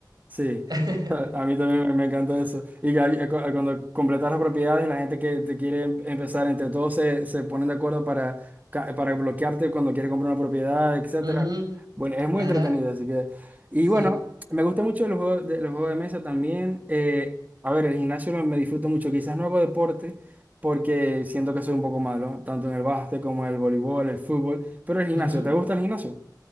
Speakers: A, on the right; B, on the right.
A: Sí,
B: <laughs>
A: <laughs> a, a mí también me, me encanta eso. Y que hay- cu- cuando completas las propiedades, la gente que te quiere em- empezar, entre todos se, se ponen de acuerdo para, ca- para bloquearte cuando quiere comprar una propiedad, etcétera.
B: Ujú,
A: Bueno, es muy
B: Ajá,
A: entretenido, así que... Y
B: sí.
A: bueno, me gusta mucho los juegos de, los juegos de mesa también. Eh, a ver, el gimnasio lo- me disfruto mucho. Quizás no hago deporte porque siento que soy un poco malo, tanto en el básquet como en el voleibol, el fútbol. Pero el gimnasio,
B: ujú.
A: ¿te gusta el gimnasio?